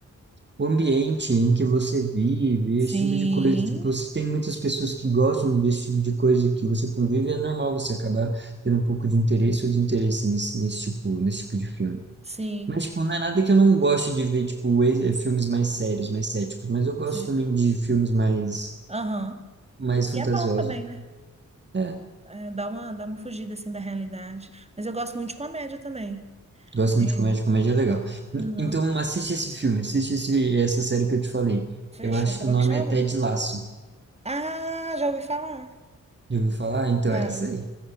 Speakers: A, on the right; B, on the right.
A: o ambiente em que você vive,
B: sim,
A: esse tipo de coisa. Tipo, se tem muitas pessoas que gostam desse tipo de coisa que você convive, é normal você acabar tendo um pouco de interesse ou desinteresse nesse, nesse tipo, nesse tipo de filme.
B: sim,
A: Mas, tipo, não é nada que eu não goste de ver, tipo, ex- eh, filmes mais sérios, mais céticos. Mas eu gosto
B: sim.
A: também de filmes mais,
B: Aham.
A: mais fantasiosos.
B: E é bom também, né?
A: É,
B: É, dá uma, dá uma fugida assim da realidade. Mas eu gosto muito de comédia também.
A: gosto muito
B: É.
A: de comédia, comédia é legal. N-
B: Não.
A: Então, assiste esse filme, assiste esse, essa série que eu te falei.
B: Fechou.
A: Eu acho
B: Como
A: que o nome
B: é que chama?
A: é Ted Lasso.
B: Ah, já ouvi falar.
A: Já ouviu falar? Então,
B: Já.
A: é essa aí.